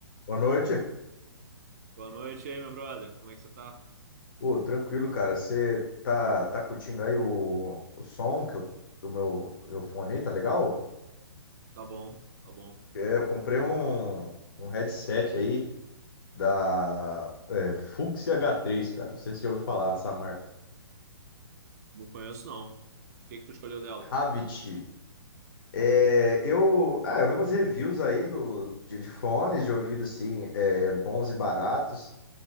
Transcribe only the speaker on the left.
Boa noite.
Ô, tranquilo, cara. Você tá, tá curtindo aí o, o som que eu, do meu, meu fone aí, tá legal?
É, eu comprei um, um headset aí da é, Fuxi h três, cara. Não sei se você já ouviu falar dessa marca.
Havit. É, eu, ah, eu vi umas reviews aí do, de, de fones de ouvido, assim, é, bons e baratos.